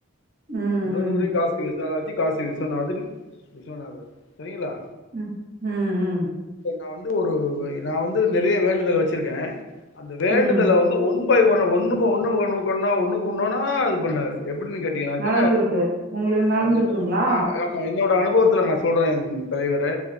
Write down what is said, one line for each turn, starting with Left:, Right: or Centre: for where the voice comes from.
Right: ம்
Left: உடனுரை
Right: ம்
Left: காசி வி விசாலாட்ச்சி காசி விஸ்வநாதன் விஸ்வநாதர் செரிங்களா
Right: உம் உம் உம்
Left: நா வந்து ஒரு நா வந்து நெறைய வேண்டுதல் வச்சிருக்கே அந்த வேண்டுதல
Right: ம்
Left: வந்து ஒன் பை ஒன்னு ஒன்னு பா ஒன்னுக்கொன்னா ஒன்னு ஒண்ணொண்னா அது பண்ணாரு எப் எப்படின்னு கேட்டீங்கனாக்க
Right: நடந்திருக்கு உங்களுக்கு நடந்திருக்குங்களா
Left: மறந்துட்டேன் அது நா ஆமா என்னோட அனு ப்பத்தில நான் சொல்றே தலைவரே